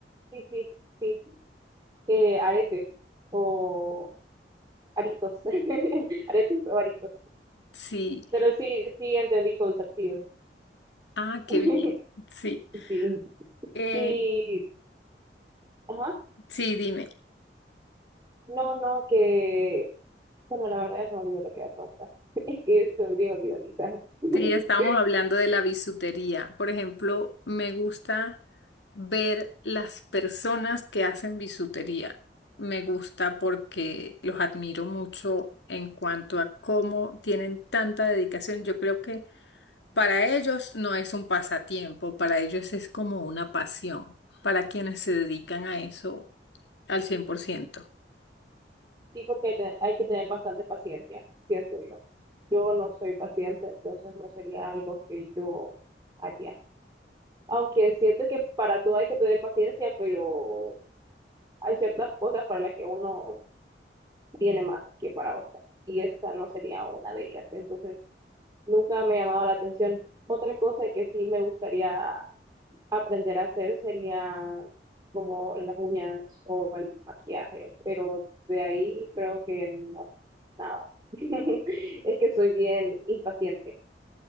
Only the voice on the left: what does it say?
Sí.
Ah, qué
bien. Sí.
Eh,
sí, dime.
Sí, estábamos hablando de la bisutería. Por ejemplo, me gusta ver las personas que hacen bisutería. Me gusta porque los admiro mucho en cuanto a cómo tienen tanta dedicación. Yo creo que para ellos no es un pasatiempo, para ellos es como una pasión, para quienes se dedican a eso al cien por ciento